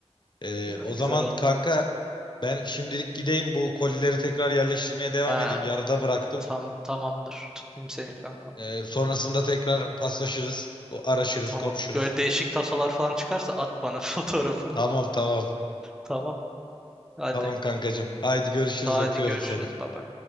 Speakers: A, on the left; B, in the centre.
A: Ee,
B: Ya,
A: o
B: Güzel
A: zaman
B: oldu.
A: kanka ben şimdilik gideyim bu kolileri tekrar yerleştirmeye devam
B: Ha,
A: edeyim. Yarıda bıraktım.
B: tamam tamamdır. Tutmayayım seni kankam.
A: Ee, sonrasında tekrar paslaşırız. Bu- Araşırız,
B: Tamam.
A: konuşuruz.
B: Böyle değişik tasolar falan çıkarsa at bana <laughs> fotoğrafını.
A: Tamam tamam.
B: Tamam. Hadi.
A: Tamam kankacığım. Haydi görüşürüz
B: Ta hadi
A: öpüyorum
B: görüşürüz
A: seni.
B: baba.